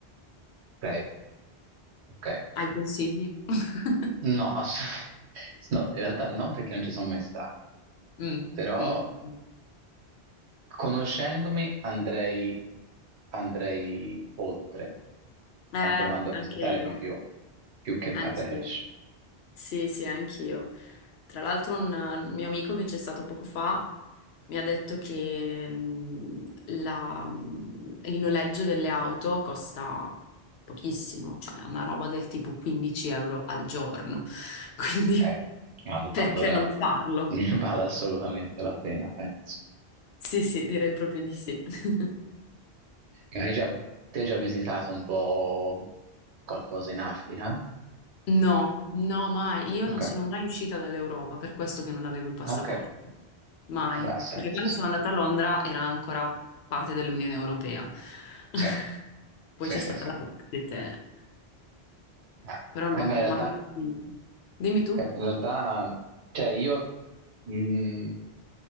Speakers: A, on the right (about 80°); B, on the left (about 75°).
A: Ok, ok.
B: Hai consigli? <laughs>
A: No, ass- <laughs> no, in realtà no, perché non ci sono mai stato,
B: Mm,
A: però
B: mm, mm.
A: Conoscendomi andrei, andrei oltre,
B: Eh,
A: a- provando a
B: Anche
A: visitare
B: io.
A: di più, più che Marrakesh.
B: anch'io. Sì, sì, anch'io. Tra l'altro un eh, mio amico che c'è stato poco fa mi ha detto che mh, la- mh, il noleggio delle auto costa pochissimo, cioè una roba del tipo 15 euro al giorno. <laughs> Quindi
A: Ok, All-
B: perché
A: allora
B: non farlo?
A: <laughs> ne vale assolutamente la pena, penso.
B: Sì, sì, direi proprio di sì. <laughs>
A: Ok, Hai già, te hai già visitato un po' qualcosa in Africa?
B: No, no, mai. Io
A: Ok,
B: non sono mai uscita dall'Europa, per questo che non avevo il passaporto.
A: ok,
B: Mai.
A: vabbè, ha senso,
B: Perché quando
A: sì.
B: sono andata a Londra era ancora parte dell'Unione Europea. <laughs>
A: Sì,
B: Poi
A: sì,
B: c'è
A: sì,
B: stata
A: sì.
B: la Brexit. eh.
A: Ah.
B: Però
A: Ma
B: no,
A: in realtà,
B: mai uscita. Dimmi tu.
A: in realtà, cioè io... mm,